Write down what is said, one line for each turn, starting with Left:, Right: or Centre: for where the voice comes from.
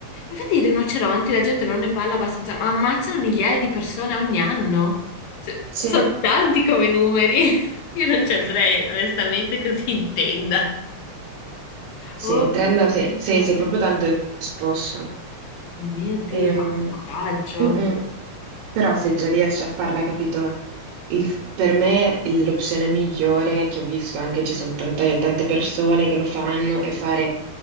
Left: Infatti i rinoceronti, la gente non ne parla abbastanza, ma ammazzano migliaia di persone ogni anno. Cioè,
Right: Sì,
Left: sono tanti come numeri. <laughs> Io non ci andrei, onestamente, così in tenda.
Right: sì,
Left: Oh
Right: in trend
Left: mio
Right: sei, sei-
Left: Dio,
Right: sei proprio tanto esposto.
Left: Mio Dio,
Right: Ehm,
Left: ma che coraggio.
Right: mm, mm. Però se già riesci a farla, capito? Il- per me l'opzione migliore che ho visto, anche ci sono tante, tante persone che lo fanno, è fare